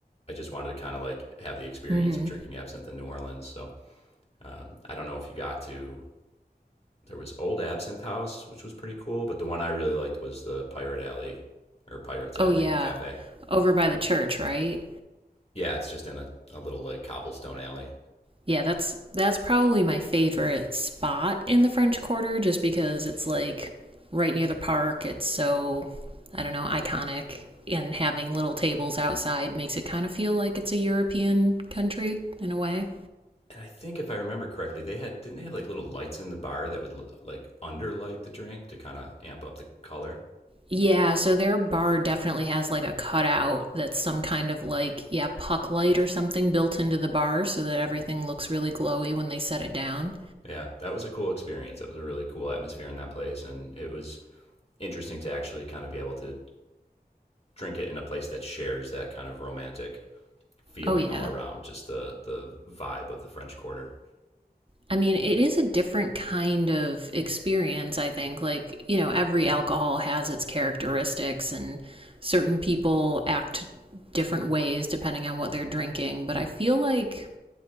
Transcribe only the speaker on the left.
I just wanted to kind of like have the experience
of drinking absinthe in New Orleans. So Um, I don't know if you got to. There was Old Absinthe House, which was pretty cool, but the one I really liked was the Pirate Alley or Pirates Alley
Cafe.
Yeah, it's just in a, a little like cobblestone alley.
And I think if I remember correctly, they had didn't they have like little lights in the bar that would like underlight the drink to kind of amp up the color.
Yeah, that was a cool experience. That was a really cool atmosphere in that place, and it was interesting to actually kind of be able to drink it in a place that shares that kind of romantic feeling
all around, just the the vibe of the French Quarter.